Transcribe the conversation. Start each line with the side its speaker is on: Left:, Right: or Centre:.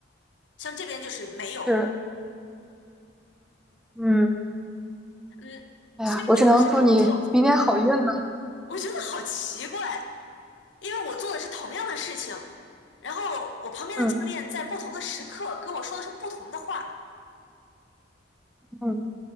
Left: 像这边就是没有，
Centre: 是，嗯
Left: 嗯，
Centre: 哎呀，
Left: 所以有的时候我就
Centre: 我只能祝你明天好运了，
Left: 我觉得好奇怪，因为我做的是同样的事情，然后我旁边的教练在不同的时刻跟我说的是不同的话。
Centre: 嗯嗯。